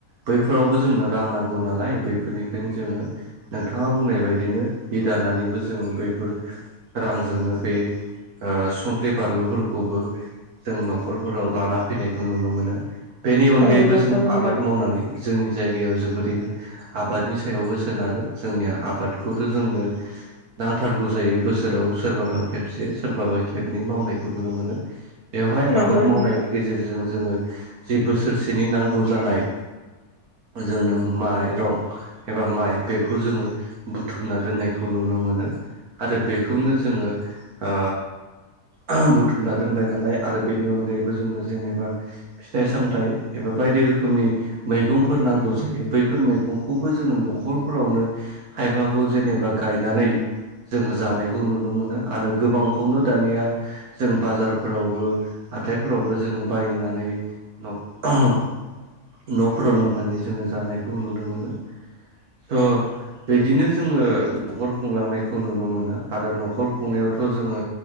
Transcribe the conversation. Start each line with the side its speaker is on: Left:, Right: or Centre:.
Right: बैफोरावबो जोंनो रां नांगौ नालाय बैफोरनिफ्रायनो जोङो नोंथाङा बुंनाय बायदिनो हि दा दानानैबो जोङो बैफोर रांजोंनो बै ओ संख्रि बानलुफोरखौबो जों न'खरफोराव लाना फैनायखौ नुनो मोन नो बेनि अनगायैबो
Left: औ नंगौ
Right: जों
Left: नोंथां
Right: आबाद मावनानै जोंनि जायगायाव जोबोरैनो आबादनि सायावबो सोनारो जोंनिया आबादखौथ' जोंनो नांथारगौ जायो बोसोराव सोरबाबा खेबसे सोरबाबा खेबनै मावनायखौ नुनो मोनो। बेवहाय
Left: नंगौ
Right: आबाद
Left: नोंथां
Right: मावनायनि गेजेरजों जोङो जि बोसोरसेनि नांगौ जानाय जोंनो माइरं एबा माइ बेखौ जोङो बुथुमना दोननायखौ नुनो मोनो। आरो बेखौनो जोङो ओ ओ बुथुमना दोनबाय नालाय आरो बेनि अनगायैबो जोंनो जेनेबा फिथाइ सामथाइ एबा बायदि रोखोमनि मैगंफोर नांगौ जायो बैफोर मैगंखौबो जोङो न' न'खरफोरावनो खायफाखौ जेनेबा गायनानै जोंङो जानायखौ नुनो मोनो। आरो गोबांखौनो दानिया जों बाजारफोरावबो हाथायफोरावबो जों बायनानै न'फोराव लाबनानै जोङो जानायखौ नुनो मोनो। थ' बिदिनो जोङो न'खर खुंलांनायखौ नुनो मोनो आरो न'खर खुंनायाव थ' जोङो